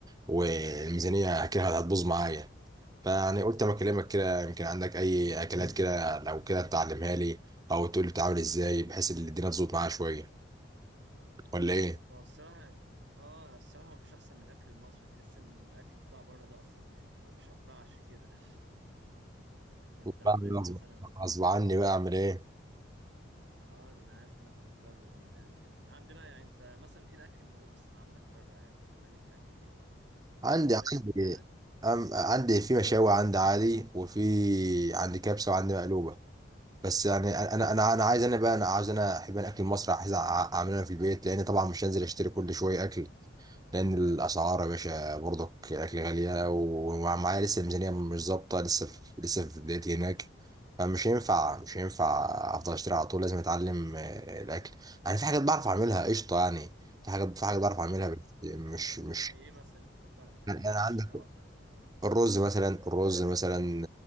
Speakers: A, on the right; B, on the right.
A: والميزانية كده هتبوظ معايا فيعني قلت اما اكلمك كده يمكن عندك اي اكلات كده لو كده تعلمها لي او تقول لي بتعمل ازاي بحيث ان الدنيا تظبط معايا شويه ولا ايه
B: هو الصراحة اه الصراحة ما فيش أحسن من الأكل المصري تحس إن الأكل بتاع بره ده أصلا يعني ما بيشبعش كده <laughs> أنت
A: وبعمل
B: عندك
A: غصب
B: مثلا
A: غصب عني بقى اعمل ايه
B: ما آه، أنا عارف إنك مضطر لل- يعني عندنا يعني أنت مثلا إيه الأكل اللي موجود أصلا عندك بره يعني أغلبية الأكل إيه؟
A: عندي
B: نواشف
A: عندي
B: كده
A: أم عندي في مشاوي عندي عادي وفي عندي كبسه وعندي مقلوبه بس يعني انا انا انا عايز انا بقى انا عايز انا احب انا اكل مصر عايز أع- اعمله انا في البيت لان طبعا مش هنزل اشتري كل شويه اكل لان الاسعار يا باشا برضك الاكل غاليه ومعايا لسه الميزانيه مش ظابطه لسه في لسه في بدايتي هناك فمش هينفع مش هينفع افضل اشتري على طول لازم اتعلم آه، الاكل يعني في حاجات بعرف اعملها قشطه يعني في حاجات في حاجات بعرف اعملها
B: زي
A: بس مش مش
B: زي إيه مثلا أنت بتعرف تعمله
A: يعني انا
B: معلش
A: عندك
B: لو قطعك
A: الرز مثلا الرز مثلا